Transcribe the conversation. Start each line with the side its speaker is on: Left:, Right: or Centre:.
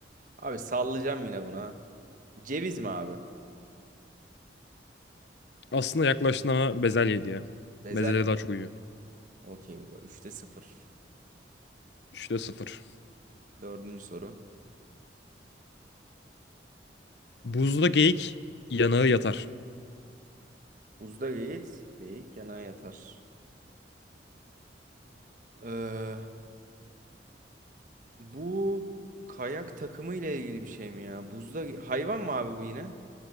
Right: Abi sallayacağım yine buna. Ceviz mi abi?
Left: Aslında yaklaştın ama bezelye diye.
Right: Bezelye.
Left: Bezelye daha çok uyuyor.
Right: Okey baba. Üçte sıfır.
Left: Üçte sıfır.
Right: Dördüncü soru.
Left: Buzda geyik yanağı yatar.
Right: Buzda geyik, geyik yana yatar. Ee, bu kayak takımı ile ilgili bir şey mi ya? Buzda ge- hayvan mı abi bu yine?